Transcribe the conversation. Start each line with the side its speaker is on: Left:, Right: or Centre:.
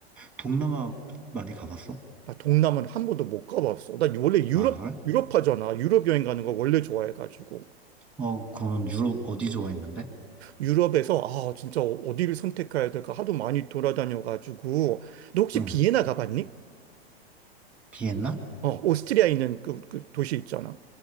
Centre: 동남아 많이 가봤어?
Right: 나 동남아는 한 번도 못 가봤어. 나 원래 유럽,
Centre: 아, 그래?
Right: 유럽파잖아. 유럽 여행 가는 거 원래 좋아해가지고.
Centre: 어, 그러면 유럽 어디 좋아했는데?
Right: 유럽에서, 아, 진짜 어디를 선택해야 될까 하도 많이 돌아다녀가지고. 너 혹시
Centre: 응.
Right: 비엔나 가봤니?
Centre: 비엔나?
Right: 어, 오스트리아 있는 그, 그 도시 있잖아.